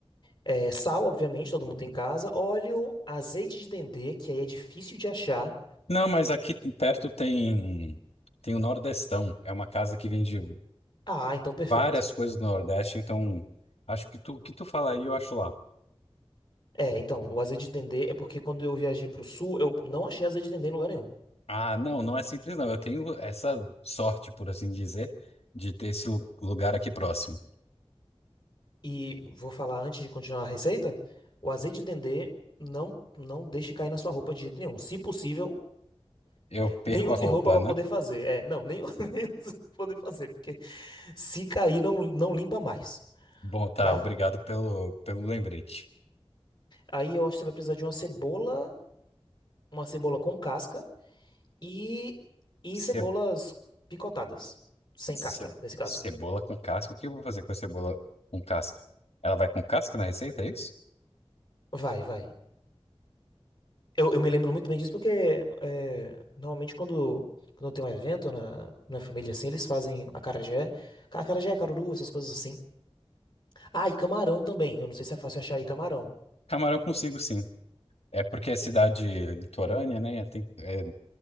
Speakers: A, on the left; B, on the left.
A: É, sal, obviamente, todo mundo tem em casa. Óleo, azeite de dendê, que aí é difícil de achar.
B: Não, mas aqui t- perto tem tem o Nordestão. É uma casa que vende
A: Ah, então perfeito.
B: várias coisas do Nordeste, então acho que tu o que tu fala aí, eu acho lá.
A: É, então, o azeite de dendê é porque quando eu viajei pro sul, eu não achei azeite de dendê em lugar nenhum.
B: Ah, não, não é simples não. Eu tenho essa sorte, por assim dizer, de ter esse lu- lugar aqui próximo.
A: E vou falar antes de continuar a receita: o azeite de dendê não, não deixe cair na sua roupa de jeito nenhum. Se possível
B: Eu perco
A: Nem use
B: a roupa,
A: roupa pra
B: né?
A: poder fazer. É, não, nem, <laughs> nem use pra poder fazer, porque se cair, não, não limpa mais,
B: Bom, tá,
A: tá?
B: obrigado pelo pelo lembrete.
A: Aí eu acho que você vai precisar de uma cebola, uma cebola com casca e, e
B: Ce,
A: cebolas picotadas, sem
B: ce-
A: casca, nesse caso.
B: cebola com casca. O que eu vou fazer com a cebola com casca? Ela vai com casca na receita, é isso?
A: Vai, vai. Eu, eu me lembro muito bem disso porque é, normalmente quando, quando tem um evento na, na família assim, eles fazem acarajé, ca- acarajé, caruru, essas coisas assim. Ah, e camarão também. Eu não sei se é fácil achar aí camarão.
B: Camarão eu consigo sim. É porque é cidade litorânea, né? Tem, é,